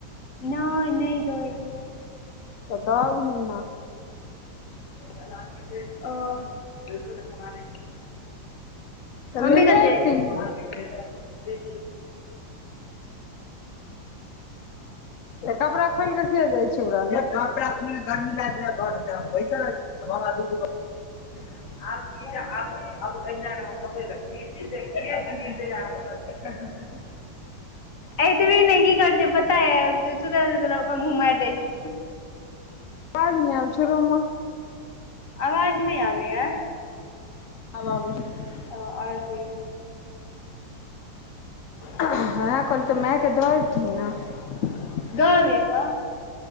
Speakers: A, on the left (about 45°); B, on the left (about 65°).
A: नहि नहि दौय एलिये
B: तऽद ऐभी ने
A: ओ
B: तऽ
A: मम्मी
B: लेने
A: कतऽ
B: ऐबती
A: जाइ
B: ने
A: छै
B: कपड़ा खोल कऽ किया जाइ छै ओकरा लग कहलीए गर्मी लगये घर मे तय बैसल छी बाबा दूनु
A: आब की <unintelligible> एत भी नहि की कर छै पता ये सुतल सुतल आब हमहु मार दै छै
B: आवाज नहि आवे छै रूमे
A: आवाज नहि आबै य
B: आब आबे छै
A: ओ ओर कहियौ
B: उहेय कहल तऽ मायके दऽ अबथिन ने
A: दऽ एबै गऽ